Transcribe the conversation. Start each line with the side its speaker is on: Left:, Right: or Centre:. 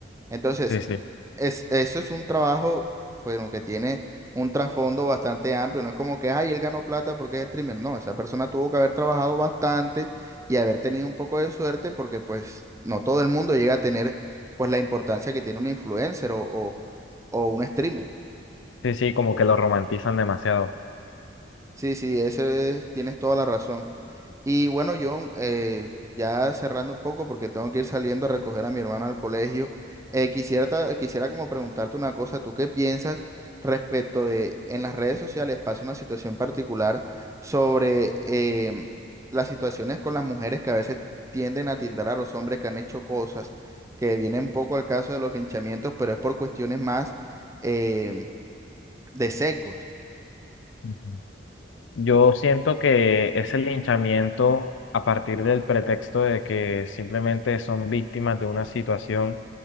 Right: Entonces,
Left: Sí, sí.
Right: es, eso es un trabajo, bueno, que tiene un trasfondo bastante amplio. No es como que, ay, él ganó plata porque es streamer. No, esa persona tuvo que haber trabajado bastante y haber tenido un poco de suerte porque, pues, no todo el mundo llega a tener, pues, la importancia que tiene un influencer o, o un streamer.
Left: Sí, sí, como que lo romantizan demasiado.
Right: Sí, sí, ese es- tienes toda la razón. Y bueno, John, eh, ya cerrando un poco porque tengo que ir saliendo a recoger a mi hermano al colegio, eh, quisiera, ta- quisiera como preguntarte una cosa, ¿tú qué piensas respecto de en las redes sociales pasa una situación particular sobre em, las situaciones con las mujeres que a veces tienden a tildar a los hombres que han hecho cosas que vienen un poco al caso de los linchamientos, pero es por cuestiones más em, de sesgos?
Left: Ujú. Yo siento que ese linchamiento a partir del pretexto de que simplemente son víctimas de una situación,